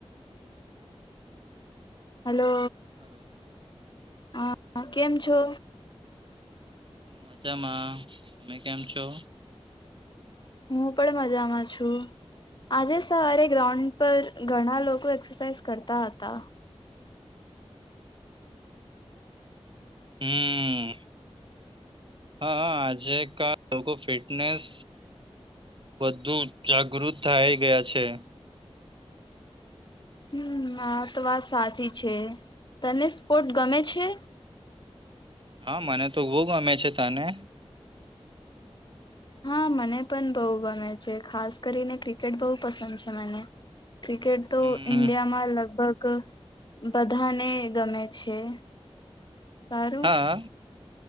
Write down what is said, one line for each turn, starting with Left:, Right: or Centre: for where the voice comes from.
Left: હેલો
Right: હલો
Left: હા કેમ છો?
Right: હું મજામાં. તમે કેમ છો?
Left: હું પણ મજામાં છું. આજે સવારે ગ્રાઉન્ડ પર ઘણા લોકો એક્સરસાઇઝ કરતા હતા.
Right: હમ્મ હા આજે ક લોકો ફિટનેસ વધુ જાગૃત થાય ગયા છે.
Left: હમ્મ હ તો વાત સાચી છે, તને સ્પોર્ટ ગમે છે?
Right: હા મને તો બો ગમે છે તને?
Left: હા મને પણ બહુ ગમે છે ખાસ કરીને ક્રિકેટ બહુ પસંદ છે મને. ક્રિકેટ તો
Right: હમ
Left: ઇન્ડિયામાં લગભગ. બધાને ગમે છે. સારું
Right: હા.